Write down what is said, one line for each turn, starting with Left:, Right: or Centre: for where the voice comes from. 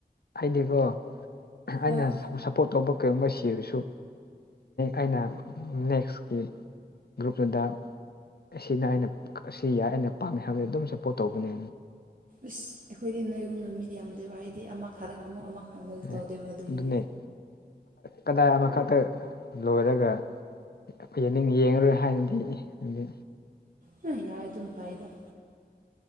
Left: ꯍꯥꯏꯗꯤꯀꯣ ꯑꯩꯅ
Right: ꯑꯥ
Left: ꯁꯞꯄꯣꯔꯠ ꯇꯧꯕ ꯀꯔꯤꯒꯨꯝꯕ ꯁꯤꯔꯁꯨ ꯑꯩꯅ ꯅꯦꯛꯁꯀꯤ ꯒ꯭ꯔꯨꯞꯇꯨꯗ ꯁꯤꯅ ꯑꯩꯅ ꯑꯁꯤ ꯌꯥꯏ ꯑꯩꯅ ꯄꯥꯝꯃꯦ ꯍꯥꯏꯕꯗ ꯑꯗꯨꯝ ꯁꯞꯄꯣꯔꯠ ꯇꯧꯕꯅꯦ
Right: ꯏꯁꯁ ꯑꯩꯈꯣꯏꯗꯤ ꯅꯣꯏꯒꯨꯝꯕꯅ ꯃꯤꯗꯤ ꯌꯥꯝꯗꯦꯕ ꯍꯥꯏꯗꯤ ꯑꯃ ꯈꯥꯔꯒ ꯑꯃꯨꯛ ꯑꯃ ꯈꯟꯕꯗꯣ
Left: ꯎ
Right: ꯇꯧꯗꯦꯕ ꯑꯗꯨꯒꯤ
Left: ꯑꯗꯨꯅꯦꯛ ꯀꯗꯥꯏ ꯑꯃꯈꯛꯇ ꯂꯣꯏꯔꯒ ꯈ ꯑꯩꯈ ꯑꯅꯤꯡ ꯌꯦꯡꯉꯔꯣꯏ ꯍꯥꯏꯅꯗꯤ ꯑꯗꯨꯗꯤ
Right: ꯑ ꯌꯥ ꯑꯗꯨꯅ ꯐꯥꯏꯗ